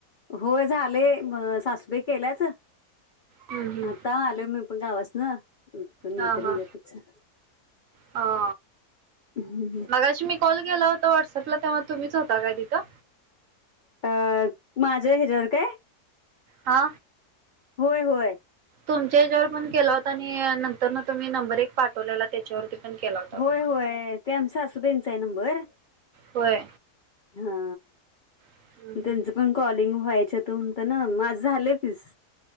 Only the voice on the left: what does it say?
होय, झाले. मग सासुबाई केल्यात.
आता आलोय मी पण गावासन. नंतर
निघायचं.
हम्म, हं.
अ, माझं हेच्यावर काय?
होय, होय.
होय,
होय. ते आमचासासूबाईंचा आहे नंबर.
हा.
त्यांच पण कॉलिंग व्हायच होत, म्हणताना माझ झाले तीस.